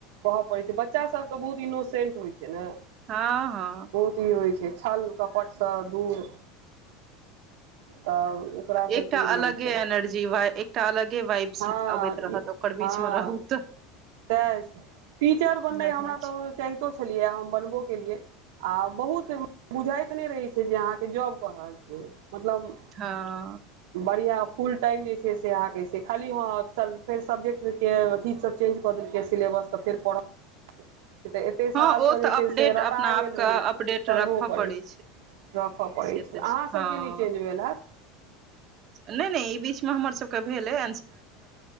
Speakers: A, on the right; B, on the right.
A: कहऽ पड़ै छै बच्चा सब तऽ बहुत इनोसेंट होइ छै ने
B: हँ हँ
A: अथी होइ छै छल कपटसँ दूर तऽ ओकरा सबके
B: एकटा
A: ई
B: अलगे
A: रहै छै
B: एनर्जी एकटा अलगे वइब्स
A: हँ
B: अबैत रहत ओकर
A: हँ
B: बीच मे रहु
A: सएह छै टीचर बननाइ
B: बढ़िया
A: हमरा
B: छै
A: तऽ चाहितो छलियै हम बनबो केलियै आ बहुत बुझाइत नहि रहैत छै जे अहाँके जॉब कऽ रहल छियै मतलब
B: हँ
A: बढ़िआँ फुल टाइम जे छै से अहाँकेँ से खाली हँ फेर सब्जेक्टके अथी सब चेंज कऽ देलकै सिलेबस तऽ फेर पढ़ कि तऽ एतेक सालसँ
B: हँ ओ
A: जे
B: तऽ
A: छै
B: अपडेट
A: से रटा
B: अपना
A: गेल
B: आपके
A: रहै
B: अपडेट
A: छै करबो
B: रखऽ
A: पड़ैत
B: पड़ै
A: छै रखय पड़ैत
B: से तऽ
A: छै अहाँसभके
B: हँ
A: नहि चेंज भेल हैत
B: नहि नहि ई बीच मे हमर सबके भेलै